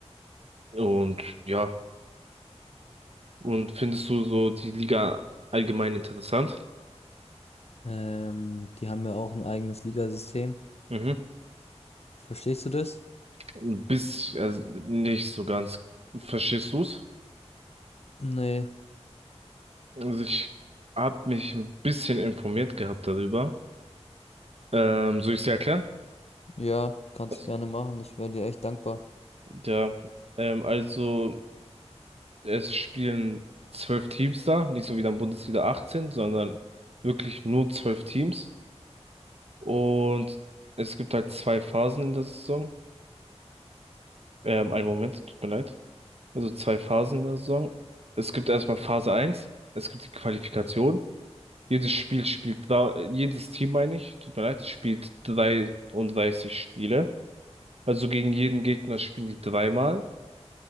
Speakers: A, on the right; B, on the left.
A: Und ja, und findest du so die Liga allgemein interessant?
B: Ähm, die haben ja auch ein eigenes Ligasystem.
A: Mhm.
B: Verstehst du das?
A: Bis, also nicht so ganz. Verstehst du
B: Nee,
A: Also ich habe mich ein bisschen informiert gehabt darüber. Ähm, soll ich es dir erklären?
B: ja, kannst
A: Also,
B: du gerne machen. Ich wäre dir echt dankbar.
A: ja, ähm, also es spielen zwölf Teams da, nicht so wie dann Bundesliga 18, sondern wirklich nur zwölf Teams. Und es gibt halt zwei Phasen in der Saison. Ähm, einen Moment, tut mir leid. Also zwei Phasen in der Saison. Es gibt erstmal Phase eins. es gibt die Qualifikation. Jedes Spiel spielt, da, jedes Team meine ich, tut mir leid, spielt 33 Spiele. Also gegen jeden Gegner spielen die dreimal.